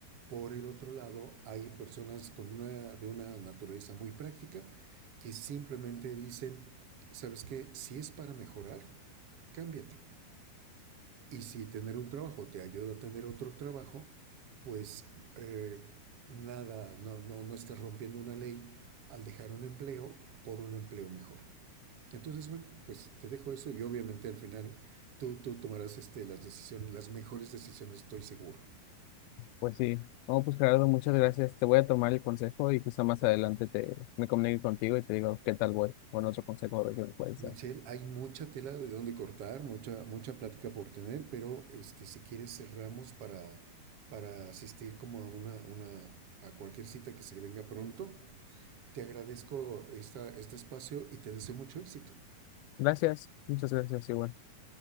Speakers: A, on the right (about 40°); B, on the left (about 80°).
A: Por el otro lado, hay personas con una, de una naturaleza muy práctica que simplemente dicen, ¿sabes qué? Si es para mejorar, cámbiate. Y si tener un trabajo te ayuda a tener otro trabajo, pues eh, nada, no, no, no estás rompiendo una ley al dejar un empleo por un empleo mejor. Entonces, bueno, pues te dejo eso y obviamente al final tú, tú tomarás este, las decisiones, las mejores decisiones, estoy seguro.
B: Pues sí, no, pues Gerardo, muchas gracias. Te voy a tomar el consejo y quizá más adelante te, me comunique contigo y te digo qué tal voy con otro consejo a ver qué me puedes
A: Michelle,
B: dar.
A: hay mucha tela de donde cortar, mucha, mucha plática por tener, pero este, si quieres cerramos para, para asistir como a una, una, a cualquier cita que se venga pronto Te agradezco esta, este espacio y te deseo mucho éxito.
B: Gracias, muchas gracias, igual.